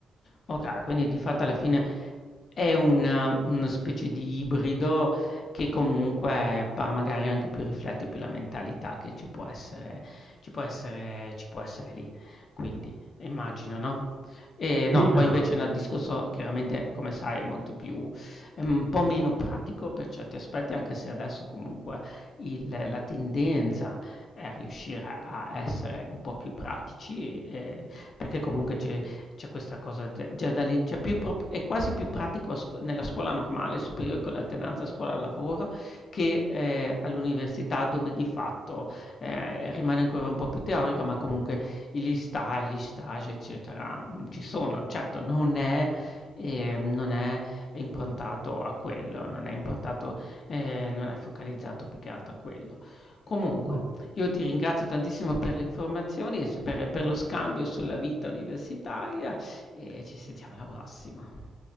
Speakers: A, on the left (about 40°); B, on the right (about 40°).
A: okay, quindi di fatto alla fine è una una specie di ibrido che comunque, bah, magari anche più riflette più la mentalità che ci può essere ci può essere ci può essere lì. Quindi immagino, no? Ehm,
B: Sì,
A: no, qua
B: esatto.
A: invece nel discorso chiaramente come sai è molto più è un po' meno pratico per certi aspetti, anche se adesso comunque il la tendenza è riuscire a essere un po' più pratici, ehm, perché comunque ci C'è questa cosa già, già da lì, c'è più pro- è quasi più pratico a scu- nella scuola normale, superiore con l'alternanza scuola-lavoro, che eh, all'università dove di fatto eh, rimane ancora un po' più teorica, ma comunque gli sta, gli stage, eccetera, mh, ci sono. Certo, non è, eh, non è improntato a quello, non è improntato, eh, non è focalizzato più che altro a quello. Comunque.
B: Oh,
A: Io ti ringrazio tantissimo per le informazioni e s per per lo scambio sulla vita universitaria e ci sentiamo alla prossima.